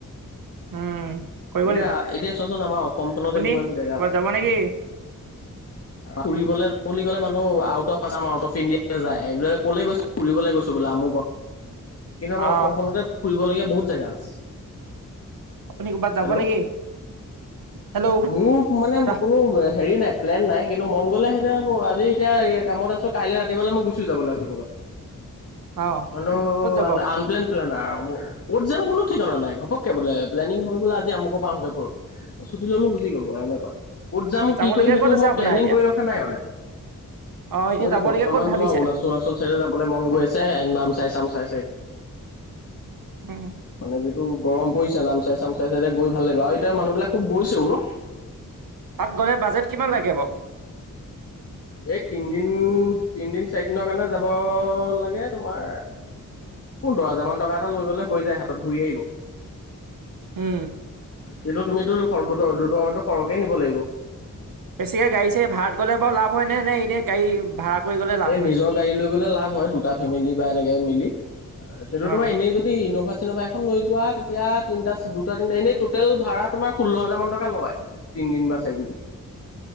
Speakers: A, on the right; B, on the left.
A: উম কৰিব
B: এতিয়া
A: লাগিব
B: এতিয়া চোৱাচোন আমাৰ অসমখনতে
A: আপুনি
B: কিমান জেগা
A: ক'ৰবাত
B: আছে
A: যাব নেকি
B: ফুৰিবলে যাওঁ বুলি ক'লে ম out of Assam out of India যায় ক'লে গৈছো ফুৰিবলৈ গৈছো বোলে আমুকত কিন্তু আমাৰ
A: অ
B: অসমখনতে ফুৰিবলগীয়া বহুত জেগা আছে
A: আপুনি ক'বাত যাব
B: হেল্ল'
A: নেকি হেল্ল'
B: মোৰ মানে
A: ৰাহ
B: কোনো হেৰি নাই প্লেন নাই কিন্তু মন গ'লে এতিয়া আজি এতিয়া কামত আছো কাইলৈ ৰাতিপুৱা মই গুচি যাবলৈ পাৰো কৰ'বাত
A: অ
B: বোলো
A: ক'ত যাব আপুনি
B: আন প্লেন প্লেন আৰু কত যাম কোনো ঠিকনা নাই ঘপকে বোলে প্লেনিং হল বোলে আজি আমুকৰ পা আহোগৈ বল টি ল'লো গুচি গ'লো আৰু এনেকুৱা ক'ত যাম
A: যাবলগীয়া
B: কি কৰিম সেইটো
A: ক'ত আছে
B: মই
A: আপোনাৰ
B: প্লেনিং
A: এতিয়া
B: কৰি ৰখা নাই মানে
A: অ এনে
B: মোৰ এতিয়া
A: যাবলগীয়া
B: বৰ্তমান
A: ক'ত ভাবিছে
B: তোমাৰ অৰুণাচল অৰুণাচল চাইডে যাবলৈ মন গৈ আছে নাম চাই চাম চাই
A: উম
B: মানে যিটো গৰম পৰিছে নাম চাই চামচাই চাই চ গৈ ভাল লাগিব আৰু এতিয়া মানুহবিলাক খুব গৈছেও ন
A: তাত গ'লে বাজেট কিমান লাগিব
B: এই তিনদিন তিনদিন চাৰিদিনৰ কাৰণে যাব লাগে তোমাৰ পোন্ধৰ হাজাৰ মান টকা এটা লৈ গলে হৈ যায় হাতত ঘূৰি আহিব
A: উম
B: কিন্তু তুমিতো দুট দুটকা মানতো সৰহকে নিব লাগিব
A: বেছিকে গাড়ী চাৰি ভাড়াত গ'লে বাৰু লাভ হয় নে মানে এনে গাড়ী ভাড়া কৰি গ'লে লাভ
B: এই
A: হয়
B: নিজৰ গাড়ী লৈ লাভ হয় দুটা ফেমেলি বা হেনেকে মিলি কিন্তু
A: অ
B: তোমাৰ এনেই যদি ইনোভা চনেবাইখন লৈ যোৱা তেতিয়া তিনি দুটা তিনটা এনেই টটেল ভাড়া তোমাৰ ষোল্ল হাজাৰ মান টকা লয় তিনিদিন বা চাৰিদিন